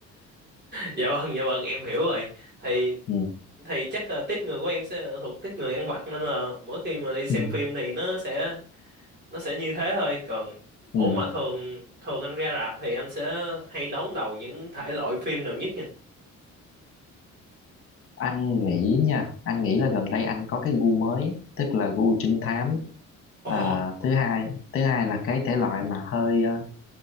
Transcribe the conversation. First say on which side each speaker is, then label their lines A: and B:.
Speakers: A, on the right; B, on the left.
A: dạ vâng dạ vâng em hiểu rồi thì
B: ừ.
A: thì chắc là tiếp người của em sẽ là thuộc tiếp người ăn vặt nên là mỗi khi mà đi xem
B: Ừ. Ừ.
A: phim thì nó sẽ nó sẽ như thế thôi còn ốm
B: Ừ.
A: mà thường thường anh ra rạp thì anh sẽ hay đón đầu những thể loại phim nào nhất nhỉ
B: anh nghĩ nha anh nghĩ là gần đây anh có cái gu mới tức là gu trinh thám
A: ồ
B: à, thứ hai thứ hai là cái thể loại mà hơi ờ,